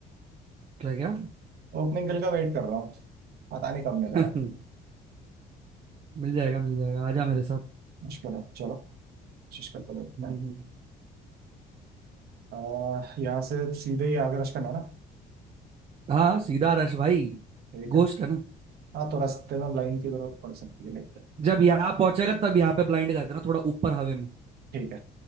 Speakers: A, on the right; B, on the right.
A: क्या क्या
B: ओपनिंग बिल का वेट कर रहा हूँ पता नहीं कब मिलेगा
A: <laughs> मिल जाएगा मिल जाएगा आजा मेरे साथ
B: मुश्किल है चलो कोशिश करके देखते
A: हम्म
B: हैं आह, यहाँ से सीधे ही आगे रश करना है ना
A: हाँ सीधा रश भाई
B: ठीक है
A: गोश्त है ना
B: हाँ तो रास्ते में लाइन की जरूरत पड़ सकती है देखते हैं
A: जब यहाँ पहुंचेगा तब यहाँ पे ब्लाइंड कर देना थोड़ा ऊपर हवे में
B: ठीक